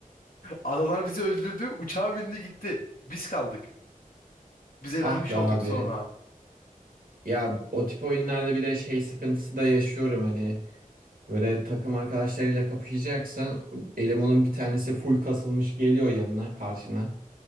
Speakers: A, on the left; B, on the right.
A: Adamlar bizi öldürdü. Uçağa bindi gitti. Biz kaldık. Biz elenmiş
B: Ah be
A: olduk
B: abi.
A: sonra.
B: Ya o tip oyunlarda bile şey sıkıntısı da yaşıyorum hani. Böyle takım arkadaşlarıyla kapışacaksan Elemanın bir tanesi full kasılmış geliyor yanına karşına.